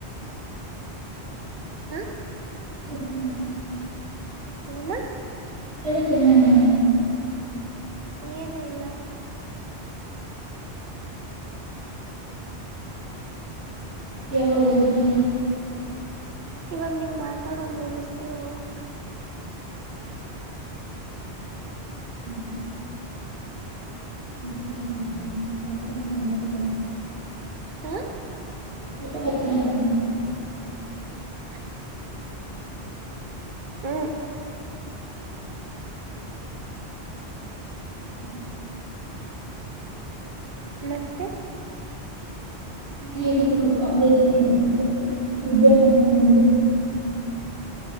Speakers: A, on the right (about 50°); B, on the right (about 70°).
A: ಹಾ,
B: ಹ್ಮ <inaudible>
A: ಏನು?
B: ಗಲಿಿಕ್ಣಂದ <unintelligible>
A: ಎನಿಲ್ಲ,
B: ವಾಗ <inaudible>
A: ಇವಾಗ ನೀವುಮಾತಾಡೋದು ಮುಗಸಿದ್ರೆ ಹೋಗೋದು.
B: ಹ್ಮ್ ಹ್ಮ <inaudible> ಅ ಮಾಡತ ಕೊರ್ಚ ಎ <unintelligible>
A: ಹ <unintelligible>
B: ಹತ್ತ ಮಾ <inaudible>
A: ಹ <inaudible> ಹಾ <unintelligible>
B: ಹ್ಮ್
A: ಮತ್ತೆ
B: ಹೇಗಿತ್ತು ಮ ಕಾಲೇಜ್ ನಿ ಮ ವಿದ್ಯಾಸಂಸ್ಥೆ ನಿಂದು